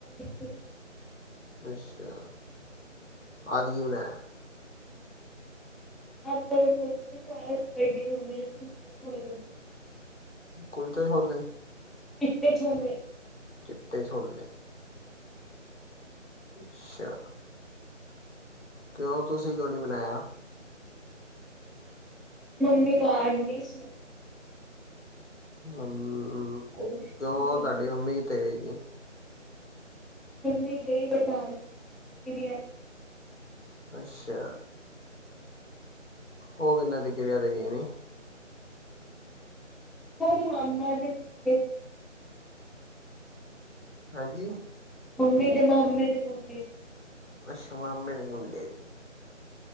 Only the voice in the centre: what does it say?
<unintelligible>
ਆਪਾਂ ਨੇ ਕੁਛ ਨੀ ਬਣਾਇਆ, ਵੱਡੀ ਮੰਮੀ ਨੇ ਚਿੱਟੇ ਛੋਲੇ।
ਚਿੱਟੇ ਛੋਲੇ।
ਮੰਮੀ ਘਾਰ ਨੀ ਸੀ।
ਕੁਛ
ਨੀ
ਮੰਮੀ ਗਈ ਬਟਾਲੇ। <inaudible>
ਉਹ ਮਾਮਾ ਜੀ ਦੇ-
ਮੰਮੀ ਦੇ ਮਾਮੇ ਦੇ ਮੁੰਡੇ ਦੀ।